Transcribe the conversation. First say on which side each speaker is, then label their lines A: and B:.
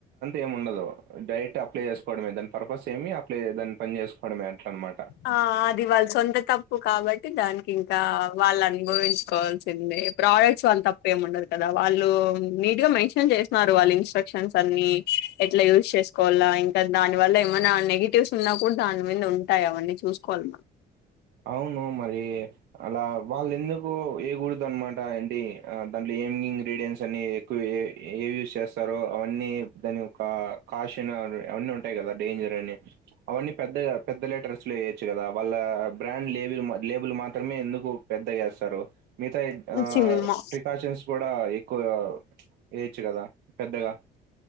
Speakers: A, on the right (about 75°); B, on the left (about 80°).
A: ఏమి ఉండదు డైరెక్ట్ అప్లై చేసుకోవడమే దని పర్పస్ ఏమి అప్లై దాని చేసుకోవడమే అట్ల అనమాట
B: ఆ అది వాళ్ళ సొంత తప్పు కాబట్టి దానికి ఇంకా వాళ్ళు అనుభవించుకోవాల్సిందే ప్రోడక్ట్స్ వాళ్ళ తప్పేమి ఉండదు కదా వాళ్ళు నీట్ గా మెన్షన్ చేసినన్నారు వాళ్ళ ఇన్స్ట్రక్షన్స్ అన్ని ఎట్లా యూజ్ చేసుకోవాలా ఇంకా దాని వల్ల ఏమైనా నెగటివ్స్ ఉన్నా కూడా దాని మీద ఉంటాయి అవన్నీ చూసుకోవాలి మనం
A: అవును మరి అలా వాళ్ళ ఎందుకు ఏకూడదు అన్నమాట ఏంటి దాంట్లో ఏమి ఇంగ్రీడియంట్స్ అని ఏ యూస్ చేస్తారో అవన్నీ దాని యోక్క కాస్ట్ అయినా అవన్న ఉ కదా డేంజర్ అని అవన్నీ పెద్ద పెద్ద లీటర్స్ లో వేయొచ్చు కదా వాళ్ళ బ్రాండ్ లేబుల్ లేబుల్ మాత్రమే ఎందుకు పెద్ద వేస్తారు మిగతా ఆ
B: చి
A: ప్రికాషన్స్ కూడా ఎక్కువ వేయచ్చు కదా పెద్దగా